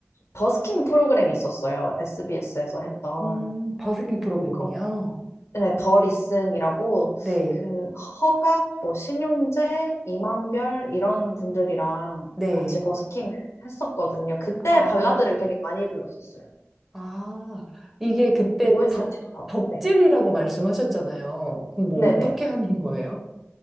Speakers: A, on the left (about 85°); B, in the centre.
A: 버스킹 프로그램이 있었어요. SBS에서 했던.
B: 음, 버스킹 프로그램이요?
A: 거기, 네, 더 리슨이라고,
B: 네,
A: 그, 허각, 뭐, 신용재, 이만별, 이런 분들이랑
B: 네.
A: 같이 버스킹을 했었거든요. 그때
B: 아,
A: 발라드를 되게 많이 불렀었어요.
B: 아, 이게 그때
A: OST도
B: 덕,
A: 나오고,
B: 덕질이라고
A: 네.
B: 말씀하셨잖아요. 그럼 뭐
A: 네네.
B: 어떻게 하는 거예요?